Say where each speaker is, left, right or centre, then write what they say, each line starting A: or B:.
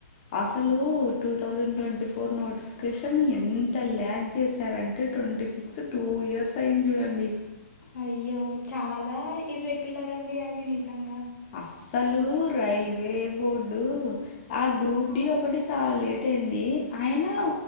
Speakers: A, on the left; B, on the left.
A: అస్ అసలు two thousand twenty four notification ఎంత ల్యాగ్ చేశారంటే ట్వంటీ సిక్స్ టూ ఇయర్స్ అయింది జూడండి.
B: అయ్యో చాలా ఇర్రెగ్యులర్ అండి అవి నిజంగా.
A: అస్సలు రైల్వే బోర్డు ఆ గ్రూప్
B: ఆ
A: డి ఒకటి చాలా లే టయింది అయినా